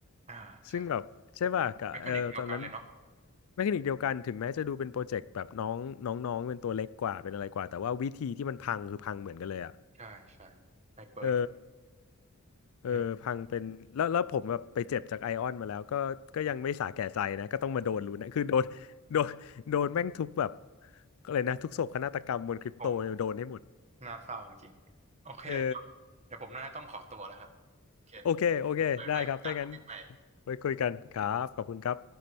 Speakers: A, on the right; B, on the left.
A: อ่าใช่
B: ซึ่งแบบใช่ป่ะกับเออตอนนั้น
A: เมคานิกเดียวกันเลยเนาะ
B: แมคานิกเดียวกันถึงแม้จะดูเป็นโปรเจกต์แบบน้องน้องน้องเป็นตัวเล็กกว่าเป็นอะไรกว่าแต่ว่าวิธีที่มันพังคือพังเหมือนกันเลยอ่ะ
A: ใช่ใช่ไฮเปอร์
B: เออเออพังเป็นแล้วแล้วผมแบบไปเจ็บจากไอออนมาแล้วก็ก็ยังไม่สาแก่ใจนะก็ต้องมาโดนลูน่คือโดนโดนโดนแม่งทุกแบบ
A: อืม
B: ก็เลยนะทุกโศกนาฏกรรมบนคริปโตโดนให้หมด
A: โอ้น่าเศร้าจริงๆโอเค
B: เออ
A: เดี๋ยวผมน่าจะต้องขอตัวแล้วครับเคน
B: โอเคโอเคได้ครับถ้างั้น
A: ไว้ไว้โอกันคุยกันใหม่
B: ไว้คุยกันครับขอบคุณครับ